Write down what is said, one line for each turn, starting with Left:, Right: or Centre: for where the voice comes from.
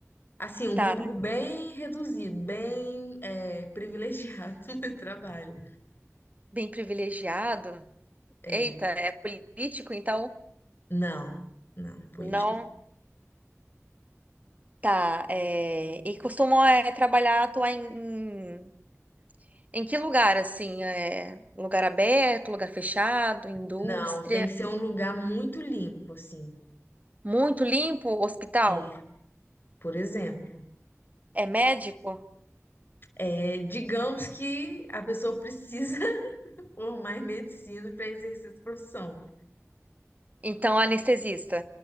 Left: Assim, um
Right: tá
Left: público bem reduzido, bem é, privilegiado, <laughs> mas trabalha.
Right: bem privilegiado.
Left: É,
Right: Eita, é político, então
Left: não, não, política.
Right: não. Tá, é, e costumam é, trabalhar, atuar em, em, em que lugar, assim? É, lugar aberto, lugar fechado, indústria?
Left: Não, tem que ser um lugar muito limpo, assim.
Right: Muito limpo, hospital?
Left: É, por exemplo,
Right: É médico?
Left: é, digamos que a pessoa precisa <laughs> formar em medicina para exercer essa profissão.
Right: Então, anestesista.